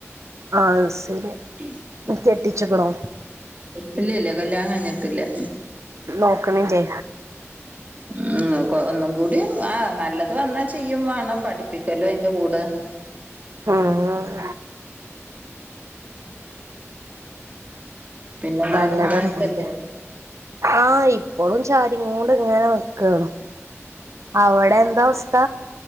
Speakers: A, on the right (about 30°); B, on the right (about 75°).
A: <unintelligible>
B: ആ സില് കെട്ടിച്ചിക്കണോ
A: ഇല്ലില്ല കല്യാണം കഴിഞ്ഞിട്ടില്ല്യ
B: നോക്കണില്ലേ
A: ഉം ഉം ഒന്നും കൂടി ആ നല്ലത് വന്നാ ചെയ്യും വേണം പഠിപ്പിക്കലു അയ്ന്റെ കൂടെ
B: ഉം ഉം
A: പിന്നെന്താണ്
B: നല്ലതാന്നുംല്ല
A: മഴത്തല്ലേ
B: ആഹ് ഇപ്പോഴും ചാരിങ്ങോണ്ട്ങ്ങനെ നിക്കാണ് അവിടെ എന്താ അവസ്ഥ